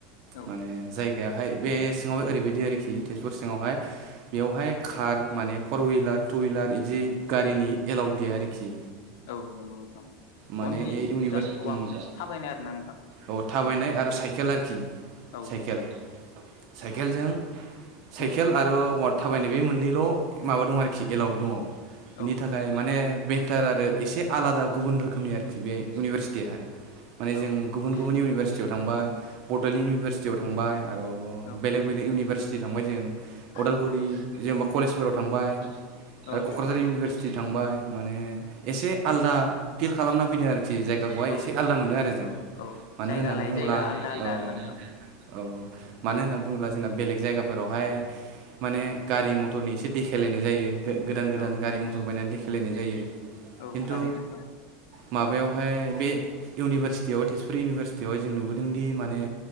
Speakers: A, on the left; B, on the right.
A: औ
B: माने जाय जायगायावाहाय बे सिङावहाय ओरैबायदि आरोखि तेजपुर सिङावहाय बेयावहाय कार माने फर हुइलार टु हुइलार बिदि गारिनि एलावउद गैया आरोखि
A: औ नंगौ नोंथां
B: माने
A: अनलि
B: इउनिभार्स
A: जास्ट वाक थाबायनाय आरोना नोंथां
B: औ थाबायनाय आरो साइखेल आरोखि
A: औ
B: साइखेल साइखेलजों साइकेल
A: औ
B: आरो वार्ड थाबायनाय बे मोननैल' माबा दं आरोखि एलउद दङ। बेनि
A: औ
B: थाखाय माने बेटार आरो एसे आलादा गुबुन रोखो रोखोमनि आरोखि बे इउनिभारसिटिया माने
A: औ
B: जों
A: नंगौ
B: गुबुन
A: थारैनो
B: गुबुन इउनिभारसिटियाव थांबाय बड'लेण्ड इउनिभारसिटि आयाव थांबाय आरो
A: औ
B: बेलेग बेलेग इउनिभारसिटि थांबाय जों उदालगुरि
A: औ
B: जेनेबा कलेजफोराव थांबाय
A: औ
B: आरो क'क्राझार
A: थारैनो
B: इउनिभारसिटि थांबाय माने एसे आलदा फिल खालामना फैदों आरोखि जायगाखौहाय
A: औ
B: एसे आलादा मोनदों आरो जों
A: औ औ
B: मानो
A: जायगा
B: होननानै
A: लायै
B: बुंङोब्ला
A: जायगा आलदा आलदा
B: औ
A: आरो नोंथां
B: औ मानो होननानै बुङोब्ला जोंना बेलेग जायगाफोरावहाय माने गारि मथरनि एसे देखायलायनाय जायो। गोदान गोदान
A: औ
B: गारि मथर बायनानै देखायेलायनाय जायो
A: औ
B: खिन्थु
A: थारै नोंथां
B: माबायावहाय बे इउनिभारसिटियाव तेजपुर इउनिभारसिटियावहाय जों नुबोदोंदि माने